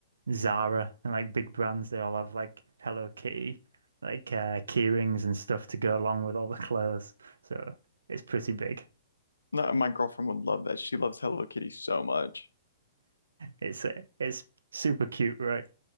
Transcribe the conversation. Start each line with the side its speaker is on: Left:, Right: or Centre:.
Right: Zara and like big brands, they all have like Hello Kitty, like uh, key rings and stuff to go along with all the clothes. So it's pretty big.
Left: no, my girlfriend would love that. She loves Hello Kitty so much.
Right: It's it's super cute, right?